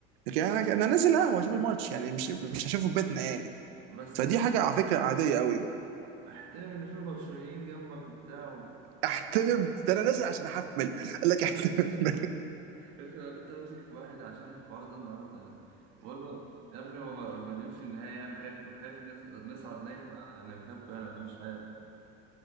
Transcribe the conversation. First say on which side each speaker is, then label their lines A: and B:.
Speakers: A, on the right; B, on the right.
A: لكن انا انا نازل قهوه اشوف الماتش يعني مش مش هشوفه في بيتنا يعني
B: بس
A: فدي حاجه على فكره عاديه قوي
B: احترم ان في برشلونيين جنبك وبتاع
A: احترم ده انا نازل عشان احفل قال لك احترم <laughs>
B: انا كنت همسك في واحد عشان الحوار ده النهارده يعني بقول له يا ابني هو م- مدريد في النهاية يعني خايف خايف نص- نصعد نهائي فنركبكم يعني ولا مش عارف